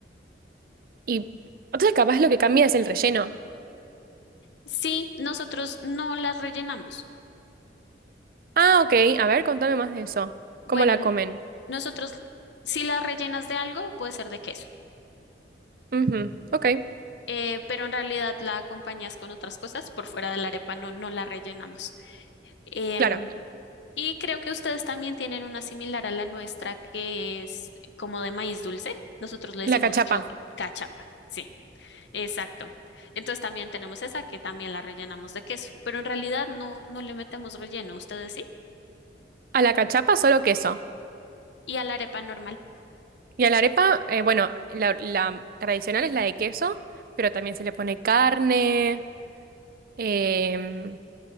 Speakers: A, on the right (about 50°); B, on the left (about 80°).
A: Y entonces capaz lo que cambia es el relleno.
B: Sí, nosotros no las rellenamos.
A: Ah, ok. A ver, contame más de eso.
B: Bueno,
A: ¿Cómo la
B: n-
A: comen?
B: nosotros si las rellenas de algo, puede ser de queso,
A: Ujú, Ok,
B: eh, pero en realidad la acompañas con otras cosas por fuera de la arepa, no, no la rellenamos. Em,
A: claro.
B: Y creo que ustedes también tienen una similar a la nuestra que es como de maíz dulce. Nosotros le
A: La
B: decimos
A: cachapa.
B: choclo, cachapa. Sí, exacto. Entonces también tenemos esa que también la rellenamos de queso, pero en realidad no, no le metemos relleno, ustedes sí.
A: A la cachapa solo queso.
B: Y a la arepa normal.
A: Y a la arepa, eh, bueno, la, la tradicional es la de queso, pero también se le pone carne, em,